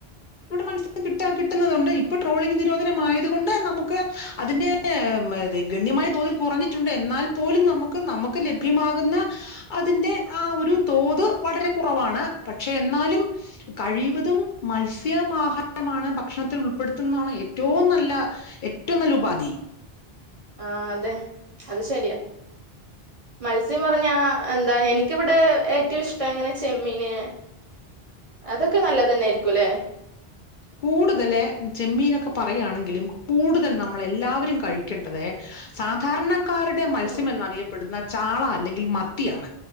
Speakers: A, on the left; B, on the right.
A: വിടെ മന <unintelligible> ി കിട്ടണ്ട് ഇപ്പൊ ട്രോളിംഗ നിരോധനമായത കൊൊണ്ട് നമുക്ക് അതിന്റെ ഗണ്യമായി തോൽ കുറഞ്ഞിട്ടുണ്ട് എന്നാൽ പോലും നമുക്ക് നമുക്ക് ലഭ്യമാകുന്ന അതിന്റെ ആ ഒരു തോ പൊതു വളരെ കുറവാണ് പക്ഷെ എന്നാലും കഴിവതും മത്സ്യമാഹാരമാണ് ഭക്ഷണത്തിൽ ഉൾപ്പെടുത്തുന്നതാണ് ഏറ്റവും നല്ല ഏറ്റവും നല്ല ഉപാധി
B: ആഹ അതെ അത് ശരിയാ മത്സ്യം പറഞ്ഞാ എന്താ എനിക്കിവിടെ ഏറ്റവും ഇഷ്ടം ഇങ്ങനെ ചെമ്മീന് അതൊക്കെ നല്ലത്ന്നൊയിയിരിക്കും അല്ലെ
A: കൂടുതല ചെമ്മീനൊക്കെ പറയുകയാണെങ്കിലും കൂടുതൽ നമ്മള എല്ലാവരും കഴിക്കേണ്ടത് സാധാരണക്കാരുടെ മത്സ്യം
B: ആഹ്
A: എന്നറിയപ്പെടുന്ന ചാള അല്ലെങ്കിൽ മത്തിയാണ്